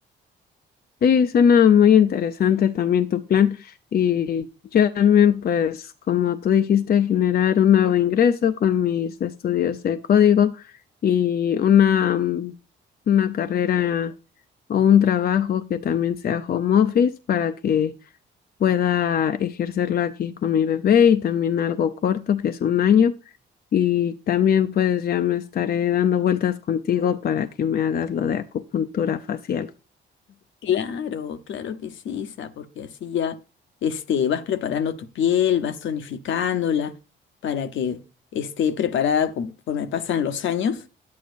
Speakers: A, on the left; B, on the left.
A: Sí, suena muy interesante también tu plan y yo también pues como tú dijiste generar un nuevo ingreso con mis estudios de código y una, mm, una carrera o un trabajo que también sea home office para que pueda ejercerlo aquí con mi bebé y también algo corto que es un año y también pues ya me estaré dando vueltas contigo para que me hagas lo de acupuntura facial.
B: Claro, claro que sí, Isa, porque así ya este, vas preparando tu piel, vas tonificándola para que esté preparada conforme pasan los años